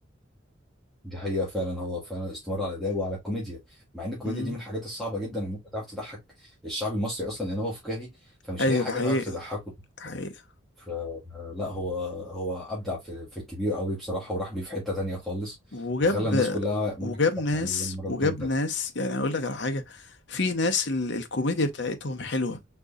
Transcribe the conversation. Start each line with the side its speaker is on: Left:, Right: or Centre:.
Centre: دي حقيقة فعلا هو فعلا استمر على الأداء وعلى الكوميديا مع إن الكوميديا
Left: امم
Centre: دي من الحاجات الصعبة جدا إن أنت تعرف تضحك الشعب المصري أصلا لأن هو فكاهي فمش
Left: ايوه
Centre: أي حاجة
Left: ده حقيقة
Centre: تعرف تضحكه
Left: ده حقيقة
Centre: فلا هو هو أبدع في في الكبير قوي بصراحة وراح بيه في حتة تانية خالص
Left: وجاب
Centre: وخلى الناس كلها ممكن
Left: وجاب
Centre: تتفرج
Left: ناس
Centre: عليه يعني مرة
Left: وجاب
Centre: واتنين
Left: ناس يعني اقول لك على حاجة في ناس ال... الكوميديا بتاعتهم حلوة